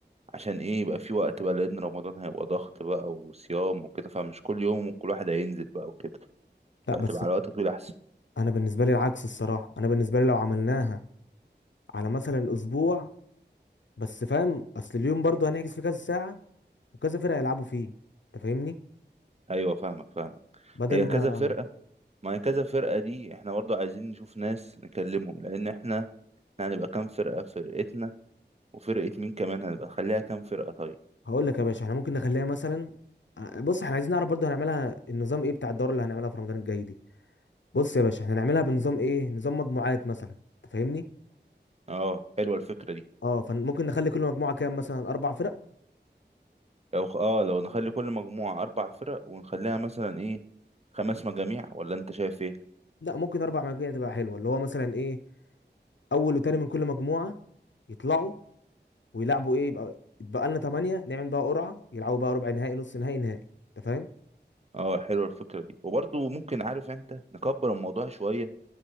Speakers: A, on the right; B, on the left.
A: عشان ايه يبقى في وقت بقى لان رمضان هيبقى ضغط بقى وصيام وكده فمش كل يوم وكل واحد هينزل بقى وكده
B: لا
A: فتبقى
B: بس
A: على وقت طويل احسن
B: انا بالنسبه لي العكس الصراحه انا بالنسبه لي لو عملناها على مثلا اسبوع بس فاهم اصل اليوم برضه هنعكس فيه كذا ساعه وكذا فرقه يلعبوا فيه انت فاهمني
A: ايوه فاهمك فاهمك
B: بدل
A: هي
B: ما
A: كذا فرقة ما هي كذا فرقة دي احنا برضو عايزين نشوف ناس نكلمهم لأن احنا احنا هنبقى كام فرقة فرقتنا وفرقة مين كمان هنبقى نخليها كام فرقة طيب
B: هقول لك يا باشا احنا ممكن نخليها مثلا آه، بص احنا عايزين نعرف برضه هنعملها النظام ايه بتاع الدوره اللي هنعملها في رمضان الجاي دي بص يا باشا احنا هنعملها بنظام ايه نظام مجموعات مثلا انت فاهمني
A: اه حلوة الفكرة دي
B: اه فممكن نخلي كل مجموعه كام مثلا اربع فرق
A: لو خ- اه لو نخلي كل مجموعة أربع فرق ونخليها مثلا ايه خمس مجاميع ولا انت شايف ايه
B: لا ممكن اربع مجموعات تبقى حلوه اللي هو مثلا ايه اول وتاني من كل مجموعه يطلعوا ويلعبوا ايه يبقى يتبقى لنا 8 نعمل بقى قرعه يلعبوا بقى ربع نهائي نص نهائي نهائي انت فاهم
A: اه حلوة الفكرة دي وبرضو ممكن عارف انت نكبر الموضوع شوية